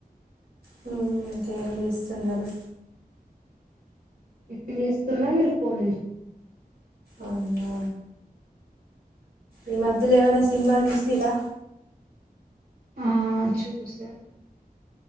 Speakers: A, on the right; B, on the right.
A: హ్మ్ ఇంకేం చేస్తున్నారు
B: ఇప్పు చేస్తున్నా మీరు ఫోన్
A: అవునా ఈ మధ్యలో ఏమైనా సినిమాలు చూసిరా
B: ఆ చూసా